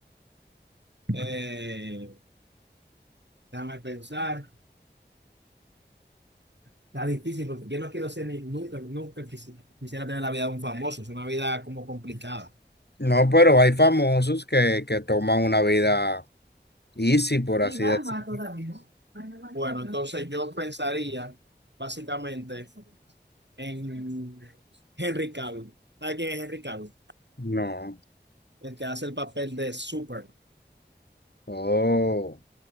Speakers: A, on the right; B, on the left.
A: Eh, déjame pensar, está difícil porque yo no quiero ser ni, nunca, nunca quisi- quisiera tener la vida de un famoso, es una vida como complicada.
B: No, pero hay famosos que, que toman una vida easy, por
A: Y
B: así
A: va
B: decirlo.
A: más todavía. Bueno, entonces yo pensaría básicamente en Henry Cavill. sabes quién es Henry Cavill?
B: No.
A: El que hace el papel de Super.
B: Oh.